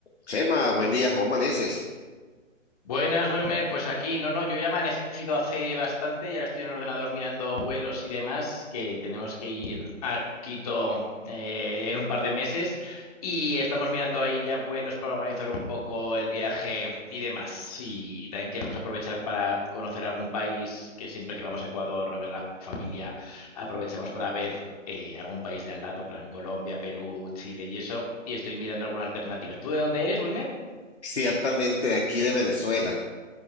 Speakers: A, on the left; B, on the left.
A: Chema, buen día, ¿cómo amaneces?
B: Buenas, Wilmer. Pues aquí, no, no, yo ya he amanecido hace bastante y ahora estoy en el ordenador mirando vuelos y demás, que tenemos que ir a Quito eh, en un par de meses y estamos mirando ahí ya vuelos para organizar un poco el viaje y demás. Y, y también queremos aprovechar para conocer algún país, que siempre que vamos a Ecuador a ver a la familia, aprovechamos para ver eh, algún país de al lado, plan Colombia, Perú, Chile y eso. Y estoy mirando alguna alternativa. ¿Tú de dónde eres, Wilmer?
A: Ciertamente aquí de Venezuela.